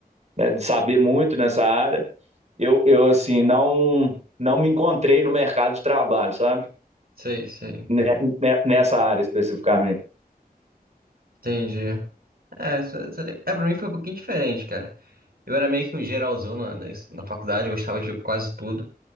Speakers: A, on the right; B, on the right.
A: né, de saber muito nessa área eu, eu assim, não, não me encontrei no mercado de trabalho, sabe?
B: Sei, sei,
A: Né, né, Nessa área especificamente.
B: entendi. É, essa- essa- é, pra mim foi um pouquinho diferente, cara. Eu era meio que um geralzão na, na, na faculdade, eu gostava de quase tudo.